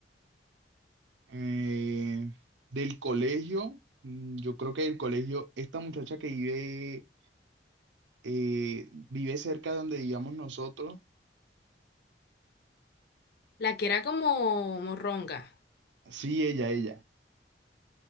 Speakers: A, on the right; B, on the left.
A: Eh, del colegio, mm, yo creo que del colegio, esta muchacha que vive, eh, vive cerca de donde vivíamos nosotros.
B: La que era como morronga.
A: Sí, ella, ella.